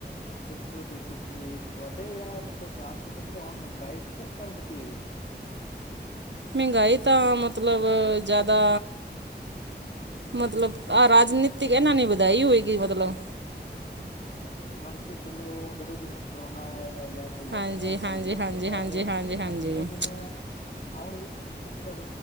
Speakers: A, on the left; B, on the right.
A: ਬਿਲਕੁਲ-ਬਿਲਕੁਲ ਸਹੀ ਐ ਜੀ ਤੁਹਾਡੇ ਜਾਂ ਧਿਆਨ ਚੋਂ ਮਤਲਬ ਹੁਣ ਮਹਿੰਗਾਈ ਕਿਸ ਕਾਰਨ ਵਧਦੀ ਐ ਜੀ।
B: ਮਹਿੰਗਾਈ ਤਾਂ ਮਤਲਬ ਜ਼ਿਆਦਾ ਮਤਲਬ ਆਹ ਰਾਜਨੀਤਿਕ ਇਹਨਾਂ ਨੇ ਵਧਾਈ ਹੋਏਗੀ ਮਤਲਬ।
A: ਹੁਣ ਤੁਸੀਂ ਮੰਨ ਕੇ ਚਲੋ ਜਦੋਂ ਜੀ ਹੁਣ ਕਰੋਨਾ ਆਇਆ ਯਾ ਕੋਈ ਹੋਰ
B: ਹਾਂਜੀ
A: ਬਿਮਾਰੀਆਂ
B: ਹਾਂਜੀ
A: ਆਈ ਆ ਉਸ
B: ਹਾਂਜੀ
A: ਤੋਂ ਬਾਅਦ
B: ਹਾਂਜੀ ਹਾਂਜੀ ਹਾਂਜੀ
A: ਦਿਨੋ-ਦਿਨ ਆਹ ਹੁਣੀ ਮਤਲਬ